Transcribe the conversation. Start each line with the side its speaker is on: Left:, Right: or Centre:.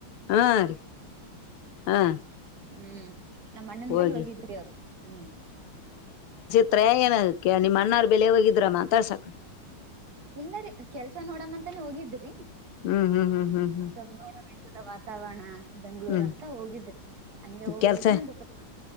Left: ಹಾ ರೀ ಹಾ
Right: ಹ್ಮ್ ನಮ್ಮ ಅಣ್ಣನ
Left: ಹೋಗಿ
Right: ಬೆಲ್ ಹೋಗಿದರಿ ಅವ್ರು ಹ್ಮ್
Left: ಹತ್ರಯ ಏನದಕ್ಕೆ ನಿಮ್ಮ ಅಣ್ಣಾರ್ ಬೆಲೆ ಹೋಗಿದ್ರ ಮಾತಾಡ್ಸಕ
Right: ಇಲ್ಲರಿ ಕೆಲ್ಸ ನೋಡಮ್ಮ ಅಂತಾನೇ ಹೋಗಿದ್ರಿ
Left: ಹ್ಮ್ ಹ್ಮ್ ಹ್ಮ್ ಹ್ಮ್ ಹ್ಮ್
Right: ಸ್ವಲ್ಪ ನೋಡೋಣ ವಾತಾವರಣ ಬೆಂಗಳೂರ್
Left: ಹ್ಮ್
Right: ಅಂತ ಹೋಗಿದ್ರೆ ಹಂಗೆ ಹೋಗಿ
Left: ಕೆಲ್ಸ
Right: ಎಷ್ಟಂಂತ ಸ್ವಪ